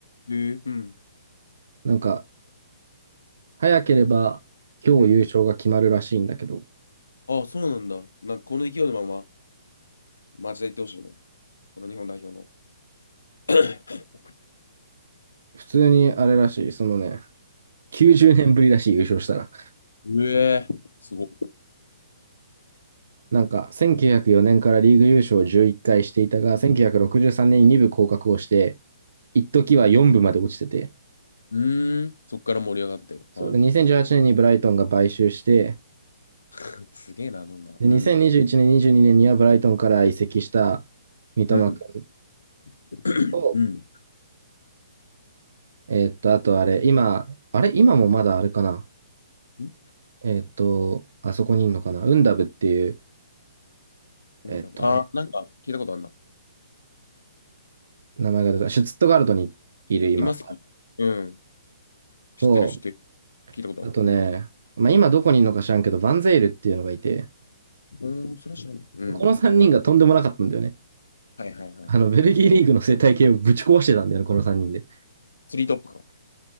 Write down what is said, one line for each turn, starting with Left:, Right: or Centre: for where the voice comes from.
Left: へえ。うん。
Right: なんか、早ければ今日優勝が決まるらしいんだけど、
Left: うん。あそうなんだ。なんかこの勢いのまま、町田行ってほしいね。この日本代表の。<coughs>
Right: 普通にあれらしい、そのね、90年ぶりらしい優勝したら。
Left: うえーすごっ。
Right: なんか、1904年からリーグ優勝を11回していたが、1963年に2部降格をして、一時は4部まで落ちてて、
Left: うーん、そっから盛り上がって。
Right: そうで、
Left: はい。
Right: 2018年にブライトンが買収して、
Left: <laughs> すげえな、どんな。
Right: で、
Left: うん、
Right: 2021年、22年にねんにはブライトンから移籍した三笘君
Left: うん、<coughs>
Right: と、
Left: うん。
Right: えーっと、あとあれ、今、あれ、今もまだあれかな。
Left: ん
Right: えーっと、あそこにいるのかな。ウンダブっていう、
Left: なんだろうあ、
Right: えーっとね、
Left: なんか聞いたことあるな。
Right: 名前が出た。シュツットガルトにいる今、
Left: いますかうん。知ってる、
Right: と、
Left: 知ってる。聞いたことある。
Right: あとね、
Left: うん。
Right: まあ、今どこにいるのか知らんけど、バンゼイルっていうのがいて、
Left: うーん、それは知らん。うん。
Right: この3人がとんでもなかったんだよね。
Left: はいはいはい。
Right: あの、ベルギーリーグの生態系をぶち壊してたんだよね、この3人で。
Left: スリートップか。